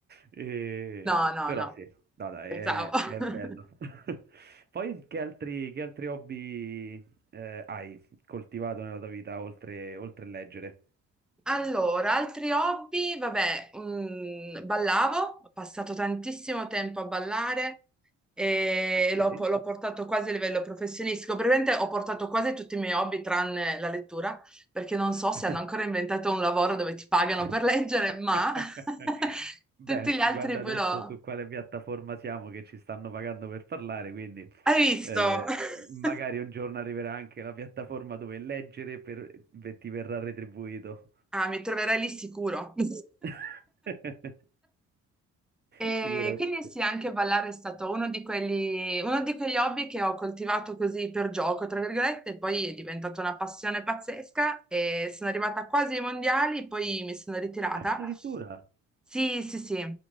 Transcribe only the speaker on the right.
E-
Però
sì, no, dai,
è, è
bello. <laughs> Poi che altri, che altri hobby eh, hai coltivato nella tua vita oltre, oltre leggere?
Ok.
<laughs>
<laughs>
Beh,
guarda
adesso
su quale piattaforma siamo che ci stanno pagando per parlare, quindi
eh,
magari un giorno arriverà anche la piattaforma dove leggere per- ve- ti verrà retribuito.
<laughs>
Sicuramente.
Addirittura,